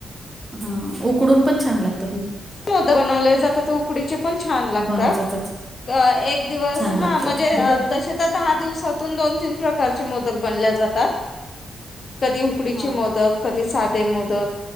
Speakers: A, on the right; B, on the left.
A: हा उकडून पण छान लागत
B: मोदक बनवले जातात. तर उकडीचे पण छान लागतात.
A: बनवतातच
B: अ एक दिवस
A: छान
B: हा
A: लागतात.
B: म्हणजे
A: हं, प्रकारचे?
B: तसे तर दहा दिवसातून दोन तीन प्रकारचे मोदक बनल्या जातात. कधी उकडीचे
A: हां.
B: मोदक, कधी साधे मोदक